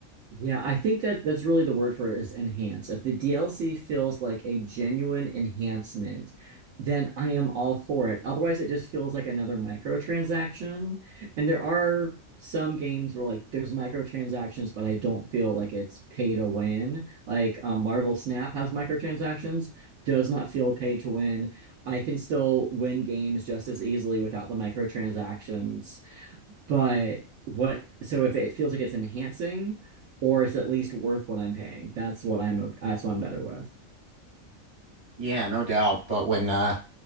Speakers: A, on the right (about 70°); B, on the right (about 25°).
A: Yeah, I think that that's really the word for it is enhance. If the DLC feels like a genuine enhancement, then I am all for it. Otherwise, it just feels like another microtransaction. And there are some games where like there's microtransactions, but I don't feel like it's pay to win. Like um, Marvel Snap has microtransactions, does not feel pay to win. I can still win games just as easily without the microtransactions. But what, so if it feels like it's enhancing or it's at least worth what I'm paying, that's what I'm, ok- that's what I'm better with.
B: Yeah, no doubt. But when uh